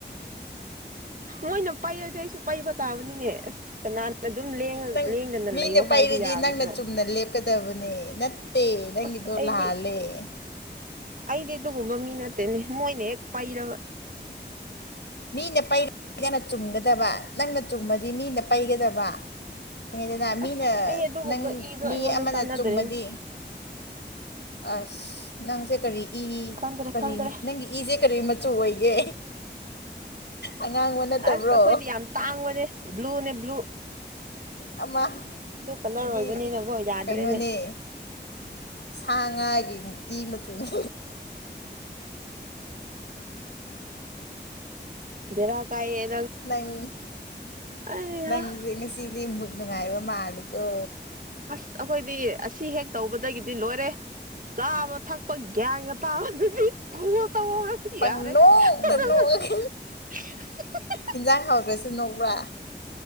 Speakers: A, on the right; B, on the left.
A: ꯃꯣꯏꯅ ꯄꯩꯔꯗꯤ ꯑꯩꯁꯨ ꯄꯩꯕ ꯇꯥꯕꯅꯤꯅꯦ ꯑꯁ ꯀꯅꯥꯅ ꯑꯗꯨꯝ
B: ꯅꯪ
A: ꯂꯦꯡꯗꯅ
B: ꯃꯤꯅ
A: ꯂꯩꯌꯣ ꯍꯥꯏꯗꯤ
B: ꯄꯥꯏꯔꯗꯤ
A: ꯌꯥꯒꯗ꯭ꯔꯣ
B: ꯅꯪꯅ ꯆꯨꯝꯅ ꯂꯦꯞꯀꯗꯕꯅꯦ ꯅꯪꯗꯔ
A: ꯑꯁ ꯑꯩꯗꯤ
B: ꯂꯂꯦ
A: ꯑꯩꯗꯤ ꯑꯗꯨꯒꯨꯝꯕ ꯃꯤ ꯅꯠꯇꯦꯅꯦ ꯃꯣꯏꯅ ꯍꯦꯛ ꯄꯥꯏꯔꯕ
B: ꯃꯤꯅ ꯄꯩꯗꯅ ꯆꯨꯝꯒꯗꯕ ꯅꯪꯅ ꯆꯨꯝꯃꯗꯤ ꯃꯤꯅ ꯄꯩꯒꯗꯕ ꯈꯪꯉꯦꯗꯅ ꯃꯤꯅ
A: ꯑꯁ ꯑꯩ ꯑꯗꯨꯒꯨꯝꯕ
B: ꯅꯪ
A: ꯏꯗꯣ
B: ꯃꯤ
A: ꯑꯩꯉꯣꯟꯗ
B: ꯑꯃꯅ
A: ꯆꯥꯟꯅꯗ꯭ꯔꯦꯅꯦ
B: ꯆꯨꯝꯃꯗꯤ ꯑꯁ ꯅꯪꯁꯦ ꯀꯔꯤ ꯏ
A: ꯈꯪꯗ꯭ꯔꯦ
B: ꯀꯔꯤ
A: ꯈꯪꯗ꯭ꯔꯦ
B: ꯅꯪꯒꯤ ꯏꯁꯁꯦ ꯀꯔꯤ ꯃꯆꯨ ꯑꯣꯏꯒꯦ ꯑꯉꯥꯡꯕ ꯅꯠꯇꯕ꯭ꯔꯣ
A: ꯑꯁ ꯑꯩꯈꯣꯏꯗꯤ ꯌꯥꯝ ꯇꯥꯡꯕꯅꯦ ꯕ꯭ꯂꯨꯅꯦ ꯕ꯭ꯂꯨ
B: ꯑꯃ
A: ꯑꯗꯨ ꯀꯂꯔ
B: ꯁꯤꯗꯤ
A: ꯑꯣꯏꯕꯅꯤꯅꯀꯣ ꯌꯥꯗ꯭ꯔꯦꯅꯦ
B: ꯀꯩꯅꯣꯅꯦ ꯁꯥ ꯉꯥꯒꯤ ꯏ ꯃꯆꯨꯅꯤ
A: <inaudible> ꯕꯤꯔ ꯀꯥꯏ
B: ꯅꯪ
A: ꯑꯩꯍꯥ
B: ꯅꯪꯁꯦ ꯉꯁꯤꯗꯤꯦ ꯃꯨꯠ ꯅꯨꯡꯉꯥꯏꯕ ꯃꯥꯂꯦ ꯑ
A: ꯑꯁ ꯑꯩꯈꯣꯏꯗꯤ ꯑꯁꯤ ꯍꯦꯛ ꯇꯧꯕꯗꯒꯤꯗꯤ ꯂꯣꯏꯔꯦ ꯆꯥꯕ ꯊꯛꯄ ꯒ꯭ꯌꯥꯟꯒ ꯇꯥꯕꯗꯗꯤ ꯀ ꯇꯧꯍꯧꯔꯗꯤ
B: ꯄꯪꯅꯣꯛꯇ
A: ꯌꯥꯔꯦ ꯍꯦ
B: ꯅꯣꯛꯑꯒ
A: ꯍꯦ
B: ꯍꯤꯟꯖꯥꯡ ꯍꯥꯎꯗ꯭ꯔꯁꯨ ꯅꯣꯛꯕꯄ꯭ꯔꯥ